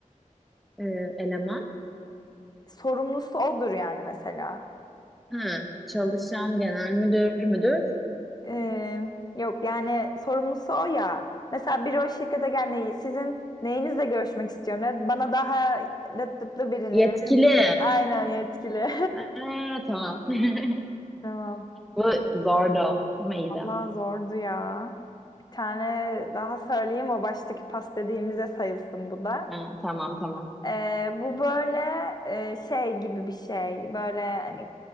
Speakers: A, in the centre; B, on the left.
A: e, eleman.
B: sorumlusu odur yani mesela.
A: Ha, çalışan genel müdür müdür.
B: Ee, yok yani sorumlusu o ya. Mesela biri o şirkete gelmeyi sizin neyinizle görüşmek istiyorum der. Bana daha lıt lıtlı birini
A: Yetkili.
B: verir misiniz? Aynen yetkili.
A: Ha, tamam. <laughs>
B: <laughs> Tamam.
A: Bu zordu ama iyiydi.
B: Allah zordu ya. Bir tane daha söyleyeyim o baştaki pas dediğimize sayılsın bu da.
A: Ha, tamam tamam.
B: Ee, bu böyle e, şey gibi bir şey. Böyle hani